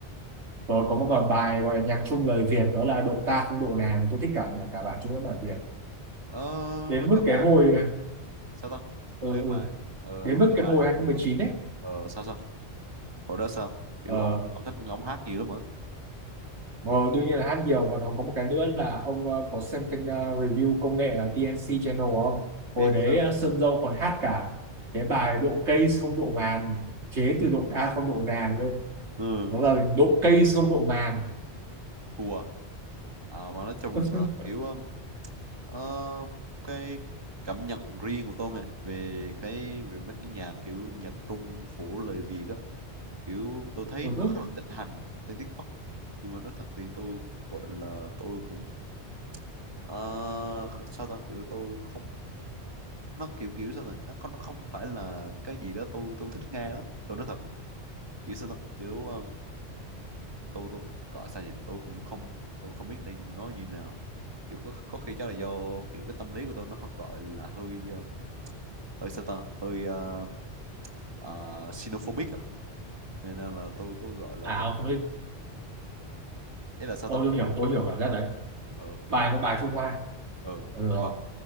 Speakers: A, on the right; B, on the right.
A: rồi có một còn bài gọi là nhạc trung lời Việt đó là độ ta không độ nàng tôi thích cả cả bản trung với bản Việt
B: ờ,
A: đến
B: mấy
A: mức
B: cái
A: cái
B: bài
A: hồi à,
B: sao ta
A: ừ,
B: mấy cái
A: ừ.
B: bài ờ,
A: đến
B: mấy
A: mức
B: cái
A: cái
B: bài
A: hồi 2019 ấy
B: ờ, sao sao hồi đó sao kiểu
A: ờ,
B: ông ông thích ông hát nhiều lắm hả
A: Ờ, đương nhiên là hát nhiều và nó có một cái nữa là ông ờ, có xem kênh ờ, review công nghệ ở TNC Channel không? Hồi
B: biết
A: đấy
B: sao
A: ờ, Sơn Dâu còn hát cả cái bài độ cây không độ màn chế từ độ ta không độ nàng cơ.
B: ừ
A: Nó là độ cây không độ màn.
B: thua Ờ, mà nói chung là
A: <laughs>
B: sao ta? kiểu um, ờ, cái cảm nhận riêng của tôi nè về cái về mấy cái nhạc kiểu nhạc Trung của lời Việt á kiểu tôi thấy
A: ừ.
B: nó khá là thịnh hành trên TikTok nhưng mà nói thật thì tôi gọi là tôi cũng ờ, sao ta kiểu tôi không nó kiểu kiểu sao này nó không nó không phải là cái gì đó tôi tôi thích nghe lắm tôi nói thật kiểu sao đó kiểu um, tôi tôi gọi sao nhỉ tôi cũng không tôi không biết nên nói như nào kiểu có có khi chắc là do kiểu cái tâm lý của tôi nó học gọi là hơi um, hơi sao ta hơi uh, uh, xenophobic à nên là, là tôi có gọi là
A: À
B: tôi
A: ông không biết.
B: ý là sao
A: Ôi
B: ta
A: tôi
B: kiểu
A: hiểu, tôi hiểu cảm giác đấy.
B: ờ kiểu
A: Bài
B: kiểu
A: nó bài Trung Hoa.
B: ờ
A: Ừ rồi.
B: gọi